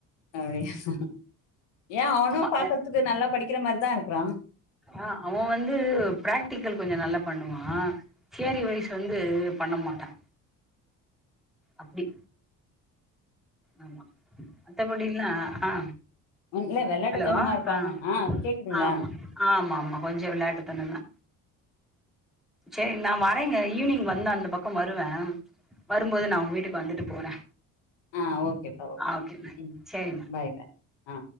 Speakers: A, on the left; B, in the centre.
A: அப்டியா ஏ அவனு
B: ஆமா
A: பாக்கற்துக்கு நல்லா படிக்கிற மாரிதா இருக்கிறா
B: அ அவ வந்து பிராக்டிக்கல் கொஞ்ச நல்லா பண்ணுவா தியரி வைஸ் வந்து பண்ண மாட்டா அப்பிடி ஆமா மத்தபடிலா அ அ
A: ம் இல்ல வெள்ளாட்டுத்தனமா
B: ஹலோ
A: இருப்பானா
B: அ
A: ஆ கேக்குதுங்களா
B: ஆமா ஆமாமா கொஞ்சு விளாட்டுத்தனந்தா செரி நா வரேங்க ஈவ்னிங் வ ந்து அந்த பக்கம் வருவே வரும்போது நா உங் வீட்டுக் வந்துட்டு போறே
A: அ ஓகேப்பா ஓகே
B: ஆ ஓகேங்க
A: ம்
B: சேரிங்க
A: பாய்டா அ